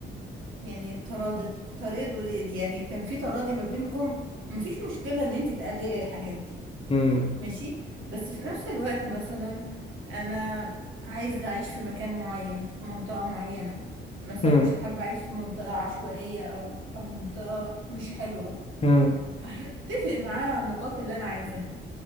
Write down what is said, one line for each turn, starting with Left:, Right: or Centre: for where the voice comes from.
Right: يعني تراضي تراضوا يعني كان في تراضي ما بينكم مفيش مشكلة ان انتي تقللي الحاجات دي
Left: مم.
Right: ماشي بس في نفس الوقت مثلا انا عايزة اعيش في مكان معين في منطقة معينة مثلا
Left: مم.
Right: مش حابة اعيش في منطقة عشوائية او او منطقة مش حلوة
Left: مم.
Right: هتفق معاه على النقاط اللي انا عايزاها